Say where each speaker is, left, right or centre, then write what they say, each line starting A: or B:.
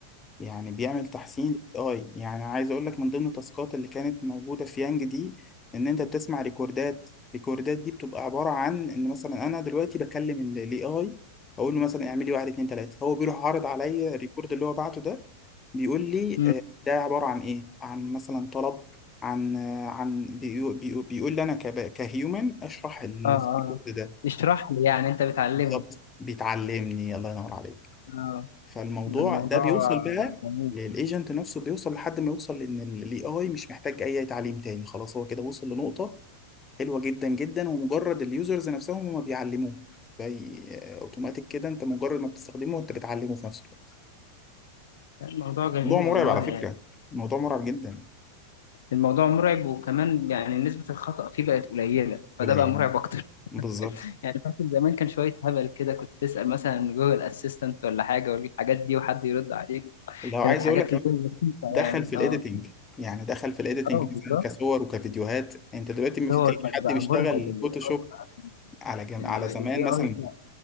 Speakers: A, on the left; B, on the left.
A: يعني بيعمل تحسين للاي يعني عايز اقول لك من ضمن التاسكات اللي كانت موجوده في يانج دي ان انت بتسمع ريكوردات ريكوردات دي بتبقى عباره عن ان مثلا انا دلوقتي بكلم الاي اي اقول له مثلا اعمل لي واحد اتنين تلاته هو بيروح عارض عليا الريكورد اللي هو بعته ده بيقول لي
B: أيوة.
A: آه، ده عباره عن ايه عن مثلا طلب عن آه، عن بيقو- بيقو- بيقول لي انا كهيومن اشرح اللي
B: اه اه
A: في الريكورد ده
B: اشرح لي يعني انت بتعلمني
A: بالظبط بيتعلمني الله ينور عليك
B: اه
A: فالموضوع
B: ده الموضوع
A: ده بيوصل بقى
B: جميل
A: للايجنت نفسه بيوصل لحد ما يوصل ان الاي اي مش محتاج اي تعليم تاني خلاص هو كده وصل لنقطة حلوة جدا جدا ومجرد اليوزرز نفسهم هما بيعلموه زي اوتوماتيك كده انت مجرد ما بتستخدمه انت بتعلمه في نفس الوقت
B: الموضوع جميل
A: موضوع مرعب
B: والله
A: على فكرة
B: يعني
A: موضوع مرعب جدا
B: الموضوع مرعب وكمان يعني نسبة الخطأ فيه بقت قليلة فده
A: قليل
B: بقى مرعب أكتر <laughs>
A: بالظبط
B: يعني فاكر زمان كان شوية هبل كده كنت تسأل مثلا جوجل أسيستنت ولا حاجة والحاجات دي وحد يرد عليك
A: لو عايز
B: كانت حاجات
A: اقول لك كمان
B: اللي هي بسيطة
A: دخل
B: يعني
A: في الايديتنج
B: اه
A: يعني دخل في الايديتنج
B: اه
A: مثلا
B: بالظبط
A: كصور وكفيديوهات انت دلوقتي ما في
B: هو
A: تلاقي
B: بقى
A: حد
B: بقى
A: بيشتغل
B: مرعب ال
A: فوتوشوب
B: AI بقى في
A: على جم...
B: ال
A: على
B: ال AI
A: زمان مثلا
B: بقى